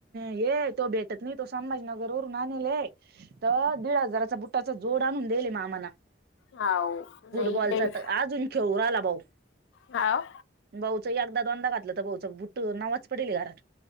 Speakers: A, on the right (about 55°); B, on the left (about 75°).
A: हे तो बे नाहीं तो संभाजीनगरं वरूंन आणलीय तरं दीड हजारांचा बुंटाचा जोड आंणून दिले मां मामानं
B: हाव
A: फुटबॉलचा
B: नाही लईच
A: तरं अजूंन खेळूंन राहिला भाऊ.
B: हाव
A: भाऊंच्या एकदाचं दोनदां घातलं तरं भाऊचं बुंट्ट नवाचं पडेल घरांत.